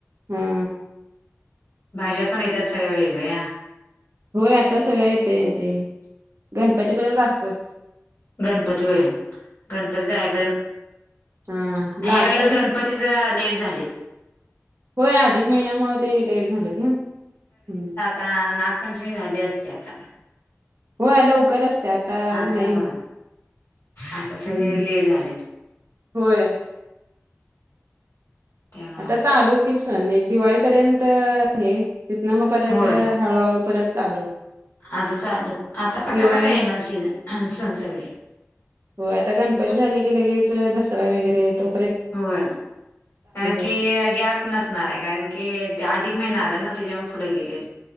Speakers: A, on the right (about 70°); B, on the left (about 65°).
A: हा
B: भाज्या पण येतात सगळ्या वेगळ्या
A: होय आता सगळं येतय ते गणपतीपर्यंत असतात.
B: गणपती होय गणपती जायपर्यंत
A: हा
B: ह्या
A: लागतात
B: वेळेस गणपती
A: ना
B: जरा लेट झालेत.
A: होय अधिक महिन्यामुळ ते लेट झालेत ना. हूं -
B: ता नागपंचमी झाली असते आता पण
A: होय लवकर असते आता
B: आता
A: नाही.
B: होय आता सगळे
A: हम्म
B: लेट झालेत
A: होय.
B: त्यामुळे
A: आता चालूच की सणं एक दिवाळीपर्यंत हे तिथ ना म परत
B: होय
A: हळूहळू परत चालू
B: आता चालू आता पटापटा
A: दिवाळी
B: येणार शि सणं सगळे
A: होय आता गणपती झाले की लगेच दसरा वगैरे येतो.
B: होय कारण की
A: असते
B: गॅप नस णार हाय कारण की अधिक महिना आला ना त्याच्यामुळ पुढे गेलेत.